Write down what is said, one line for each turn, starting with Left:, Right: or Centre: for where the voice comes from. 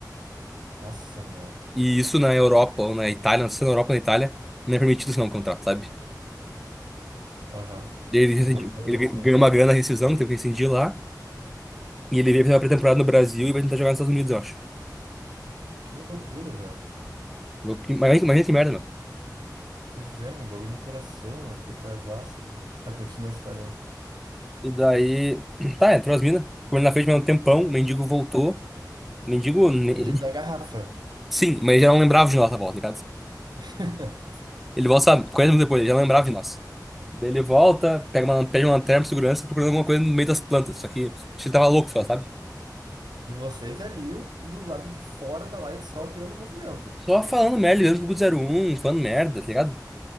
Right: nossa, meu.
Centre: E isso na Europa ou na Itália, não sei se é na Europa ou na Itália, não é permitido assinar um contrato, sabe?
Right: Aham.
Centre: Daí Ele,
Right: Tipo,
Centre: rescindi-
Right: volei
Centre: ele
Right: assim.
Centre: ganhou uma grana na rescisão, teve que rescindir lá. E ele veio fazer uma pré-temporada no Brasil e vai tentar jogar nos Estados Unidos, eu acho.
Right: Que loucura, velho.
Centre: Louco, que- Imagina, imagina que merda, meu.
Right: Pois é, meu. Bagulho no coração, meu. Pô, pesaço, velho. Mas continua a história aí.
Centre: E daí, <clears throat> tá, entrou as minas. Ficou ali na frente mais um tempão, o mendigo voltou. O mendigo, ne-
Right: Mendigo da garrafa.
Centre: sim, mas ele já não lembrava de nós na volta, ligado?
Right: <laughs>
Centre: Ele volta, sabe, 40 minutos depois, ele já não lembrava de nós. Daí ele volta, pega uma, pede uma lanterna pro segurança, procurando alguma coisa no meio das plantas. Só que acho que ele tava louco só, sabe?
Right: E vocês ali o- do lado de fora da light só vendo o movimento.
Centre: Só falando merda, ligando pro Guto zero um, falando merda, tá ligado?